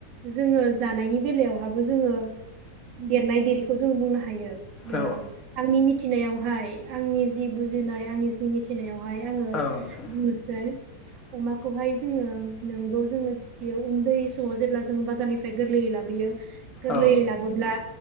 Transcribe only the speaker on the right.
जोङो जानायनि बेलायावहाबो जोङो देरनाय देरिखौ जों बुंनो हायो
आंनि
मिथिनायावहाय आंनि जि बुजिनाय आंनि जि मिथिनायावहाय आङो
बुंनोसै अमाखौहाय जोङो नोंगौ जोङो फिसियो उन्दै समाव जेब्ला जोङो बाजारनिफ्राय गोरलै लाबोयो गोरलैयै
लाबोब्ला